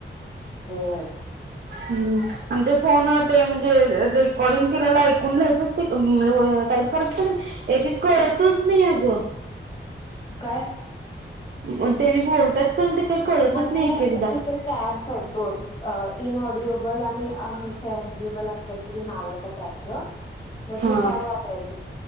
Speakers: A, on the left; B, on the right.
A: हम...
B: आणि ते फोन ते म्हणजेे... रेकॉर्डिंग केलेला ऐकून लहायचंच ते टाईप करायचं एक एक कळतच नाही अगं....
A: काय?
B: मग त्यांनी बोलतात. कणी ते काही कळतच
A: मध्ये
B: नाही एक एकदा.
A: तिथे टॅग्स आहेत दोन इन ऑडिएबल आणि आणि टॅग जेबल असं काहीतरी नाव आहे टॅग. तर
B: हा.
A: ते टॅग वापरायच